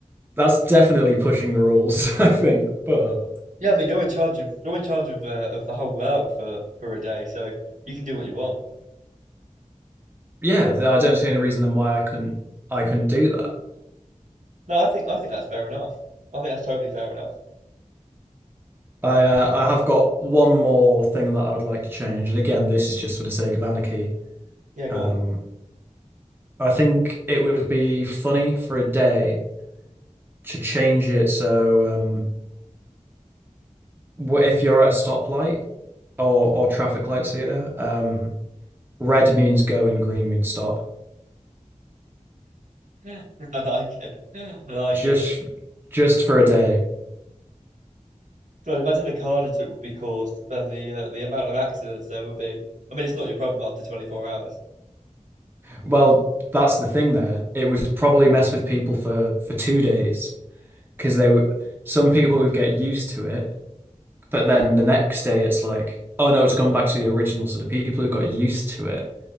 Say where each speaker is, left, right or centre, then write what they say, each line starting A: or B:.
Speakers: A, on the right (about 15°); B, on the right (about 75°).
A: that's definitely pushing the rules, <laughs> I think. But
B: Yeah, I mean you're in charge of you're in charge of uh, of the whole world for for a day, so you can do what you want.
A: yeah, I don't see any reason then why I couldn't I couldn't do that.
B: No, I think I think that's fair enough. I think that's totally fair enough.
A: I uh, I have got one more thing that I would like to change, and again, this is just for the sake of anarchy.
B: Yeah,
A: Um,
B: go on.
A: I think it would be funny for a day to change it so um, wh- if you're at a stoplight or or traffic lights here, um, red means go and green means stop.
B: Yeah. <laughs> I like it. I like
A: Just
B: it.
A: just for a day.
B: God, imagine the carnage that would be caused and the uh, the amount of accidents there would be. I mean, it's not your problem after 24 hours.
A: Well, that's the thing there. It would probably mess with people for for two days because they would some people would get used to it, but then the next day it's like, oh no, it's gone back to the original. So the people who got used to it